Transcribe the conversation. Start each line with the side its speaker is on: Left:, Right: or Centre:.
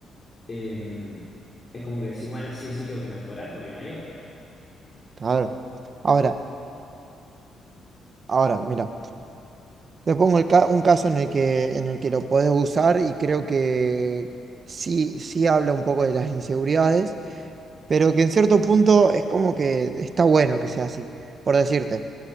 Left: em, es como que decís, bueno, sí o sí tengo que mejorar porque no hay otra.
Right: Claro. Ahora, ahora, mira, te pongo el ca- un caso en el que, en el que lo podés usar y creo que sí, sí habla un poco de las inseguridades, pero que en cierto punto es como que está bueno que sea así, por decirte.